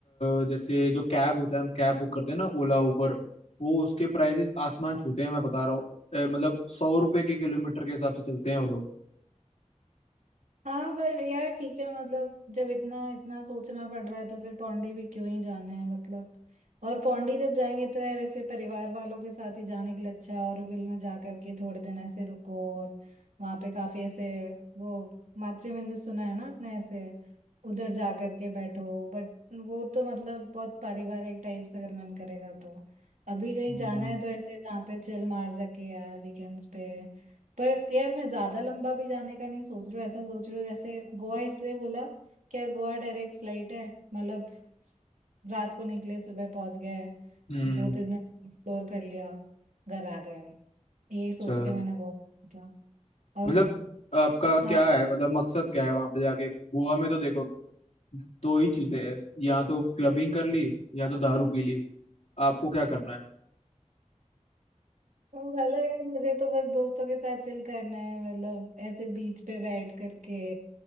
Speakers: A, on the left; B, on the right.
A: अ, जैसे जो कैब होता है हम कैब बुक करते हैं ना ओला उबर वो उसके प्राइसेस आसमान छूते हैं मैं बता रहा हूँ अ, मतलब सौ रुपए के किलोमीटर के हिसाब से चलते हैं वो लोग
B: हाँ पर यार ठीक है मतलब जब इतना इतना सोचना पड़ रहा है तो फिर पौंडी भी क्यों ही जाना है मतलब और पौंडी जब जाएंगे तो यार ऐसे परिवार वालों के साथ ही जाने के लिए अच्छा है ऑरोविल में जा करके थोड़े दिन ऐसे रुको और वहाँ पे काफी ऐसे वो मातृ मंदिर सुना है ना आपने ऐसे उधर जा करके बैठो बट वो तो मतलब बहुत पारिवारिक टाइप से अगर मन करेगा तो अभी कहीं
A: हम्म।
B: जाना है तो ऐसे जहाँ पे चिल मार सके यार वीकेंड्स पे पर यार मैं ज्यादा लंबा भी जाने का नहीं सोच रही हूँ ऐसा सोच रही हूँ जैसे गोवा इसलिए बोला कि यार गोवा डायरेक्ट फ्लाइट है मतलब रात को निकले सुबह पहुंच गए
A: हम्म
B: दो तीन दिन एक्सप्लोर कर लिया घर आ गए यही सोच
A: अच्छा
B: के मैंने गोवा किया था और
A: मतलब आपका
B: हाँ
A: क्या है मतलब मकसद क्या है वहां पे जाके गोवा में तो देखो दो ही चीजें हैं या तो क्लबिंग कर ली या तो दारू पी ली आपको क्या करना है
B: हेलो यार मुझे तो बस दोस्तों के साथ चिल करना है मतलब ऐसे बीच पे बैठ करके